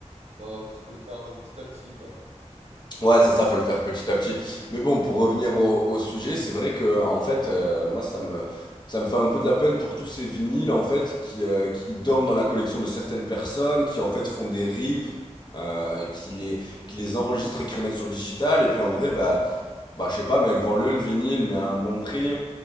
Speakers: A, on the right; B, on the left.
A: Genre, faut le faire petit à petit, quoi.
B: Ouais, c'est ça, faut le faire petit à petit. Mais bon, pour revenir au, au sujet, c'est vrai que en fait, euh, moi, ça me, ça me fait un peu de la peine pour tous ces vinyles en fait qui, euh, qui dorment dans la collection de certaines personnes, qui en fait font des rips, euh, qui les, qui les enregistrent et qui les mettent sur digital. Et puis en vrai, bah, bah, je sais pas, mec, vends-le le vinyle, mais à un bon prix.